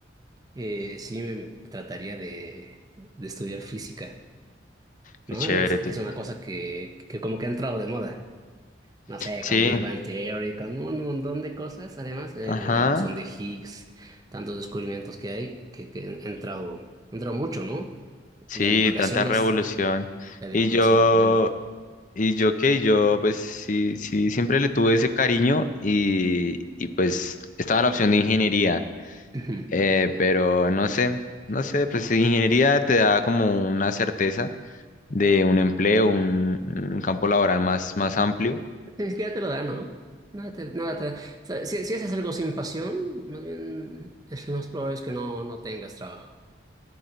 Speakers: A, on the right; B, on the left.
A: eh, sí me trataría de, de estudiar física, ¿no?
B: Qué chévere.
A: Es,
B: te-
A: es una cosa que, que como que ha entrado de moda. no sé,
B: Sí,
A: con Big Bang Theory, con un montón de cosas, además, eh,
B: ajá.
A: el bosón de Higgs, tantos descubrimientos que hay, que, que han entrado, han entrado mucho, ¿no?
B: Sí,
A: Y la divulgación
B: tanta revolución.
A: es, la divulgación
B: Y yo,
A: es grande.
B: y yo qué, yo pues sí, sí, siempre le tuve ese cariño y, y pues estaba la opción de ingeniería.
A: <clears throat> Ujú.
B: Eh, pero no sé, no sé, pues ingeniería te da como una certeza de un empleo, un, un campo laboral más, más amplio.
A: Ni siquiera te lo da, ¿no? Nada te, nada te da. O sea, si, si haces algo sin pasión, más bien, es lo más probable es que no, no tengas trabajo.